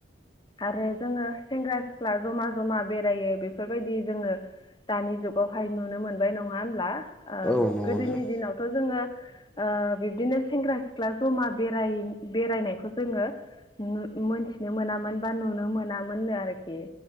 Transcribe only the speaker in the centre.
औ नंगौ
नोंथां